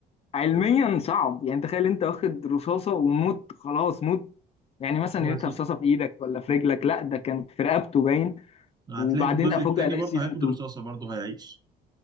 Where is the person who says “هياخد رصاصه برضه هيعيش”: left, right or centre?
Right